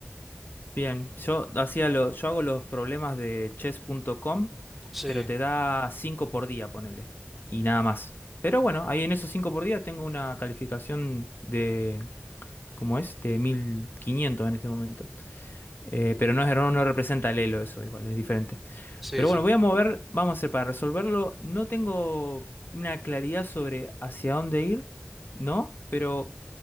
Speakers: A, on the left; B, in the centre.
A: Bien, yo hacía lo, yo hago los problemas de chess.com,
B: Sí,
A: pero te da 5 por día, ponele. Y nada más. Pero bueno, ahí en esos 5 por día tengo una calificación de, ¿cómo es? De 1500 en este momento. Eh, pero no, es- no, no representa el Elo eso, igual, es diferente.
B: sí,
A: Pero
B: sí.
A: bueno, voy a mover, vamos a hacer para resolverlo. No tengo una claridad sobre hacia dónde ir, ¿no? Pero,